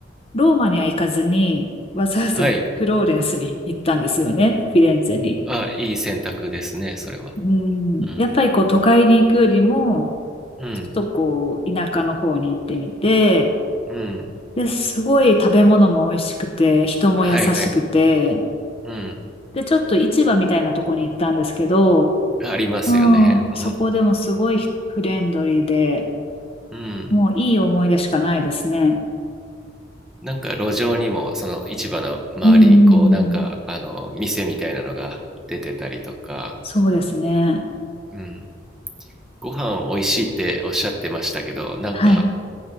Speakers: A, on the left (about 30°); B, in the centre.
A: ローマには行かずに、わざわざ
B: はい、
A: <laughs> フローレンスに行ったんですよね。フィレンツェに。
B: あ、いい選択ですね、それは。
A: うん、
B: うん、
A: やっぱりこう都会に行くよりも、
B: うん、
A: ちょっとこう田舎の方に行ってみて、
B: うん、
A: で、すごい食べ物も美味しくて、人も優しくて、
B: はいはい、うん、
A: で、ちょっと市場みたいなとこに行ったんですけど、
B: ありますよね。
A: うん、
B: <laughs>
A: そこでもすごいフレンドリーで、
B: うん、
A: もういい思い出しかないですね。
B: なんか路上にもその市場の周りにこうなんかあの店みたいなのが出てたりとか、
A: うんうんうん。そうですね。
B: うん、ご飯美味しいっておっしゃってましたけどなんか
A: はい。